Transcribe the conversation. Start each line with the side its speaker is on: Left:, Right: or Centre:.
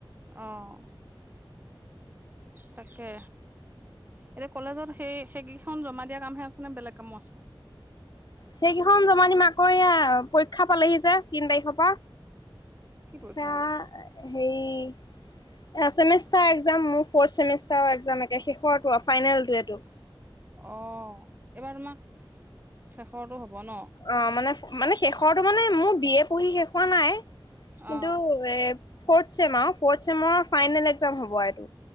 Right: অ', তাকে এতিয়া কলেজত সেই সেইকিইখন জমা দিয়া কামহে আছে নে? বেলেগ কামো আছে?
Left: সেইকেইখন জমাই দিম আকৌ এ পৰীক্ষা পালেহি যে, তিন তাৰিখৰ পা
Right: কি পৰীক্ষা
Left: সেইয়া
Right: হ'ব
Left: হেয়ি ছেমিষ্টাৰ এক্সাম ফৰ্থ ছেমিষ্টাৰ এক্স এক্সাম একে শেষৰটো আৰু ফাইনেলটো এইটো।
Right: অ', এইবাৰ তোমাৰ শেষৰটো হ'ব ন
Left: অ', মানে মানে শেষ ৰতটো মানে মোৰ বি এ পঢ়ি শেষ হোৱা নাই। কিন্তু
Right: অ',
Left: এ ফৰ্থ ছেম আৰু ফৰ্থ ছেমৰ ফাইনেল এক্সাম হ'ব এইটো।